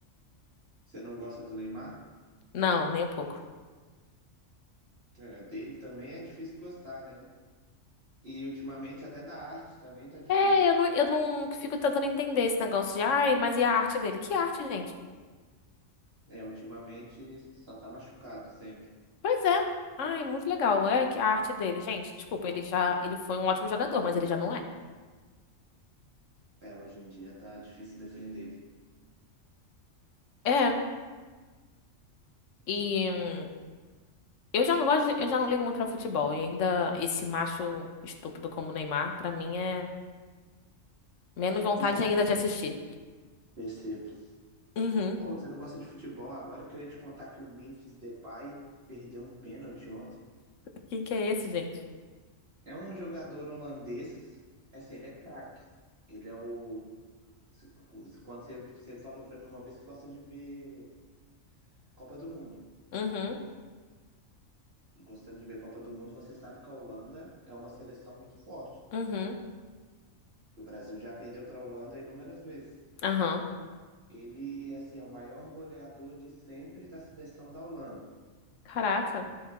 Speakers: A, on the right; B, on the left.
A: você não gosta do Neymar?
B: Não, nem um pouco.
A: É, dele também é difícil gostar, né? E ultimamente até da arte também tá difícil.
B: É, eu não, eu não fico tentando entender esse negócio de, ai, mas e a arte dele? Que arte, gente?
A: É, ultimamente só tá machucado sempre.
B: Pois é. Ai, muito legal. É que a arte dele, gente, desculpa, ele já, ele foi um ótimo jogador, mas ele já não é.
A: É, hoje em dia tá difícil defender.
B: É. E hum, eu já não gosto, de- eu já não ligo muito pra futebol. E ainda esse macho estúpido como o Neymar, pra mim é menos vontade
A: É,
B: ainda de assistir.
A: percebo.
B: Uhum.
A: Pô, você não gosta de futebol? Agora eu queria te contar que o Memphis Depay perdeu um pênalti ontem.
B: Quem que é esse, gente?
A: É um jogador holandês, é assim, ele é craque. Ele é o. se- Quando você, você falou pra mim uma vez que gosta de ver Copa do Mundo.
B: Uhum,
A: Gostando de ver Copa do Mundo, você sabe que a Holanda é uma seleção muito forte.
B: uhum,
A: E O Brasil já perdeu pra Holanda inúmeras vezes.
B: aham.
A: Ele, assim, é o maior goleador de sempre da seleção da Holanda.
B: Caraca.